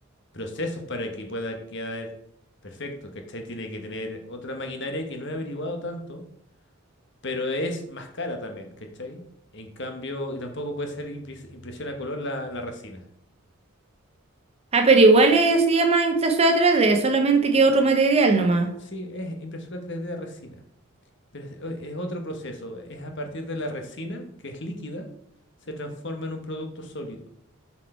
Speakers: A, on the left; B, on the right.
A: procesos para que pueda quedar perfecto, ¿cachai? Tiene que tener otra maquinaria que no he averiguado tanto, pero es más cara también, ¿cachai? En cambio, y tampoco puede ser impres- impresión a color la, la resina.
B: Ah, pero igual es, se llama impresora 3D, solamente que otro material nomás.
A: Sí, es impresora tres d de resina. Pero es, o- es otro proceso. Es a partir de la resina, que es líquida, se transforma en un producto sólido.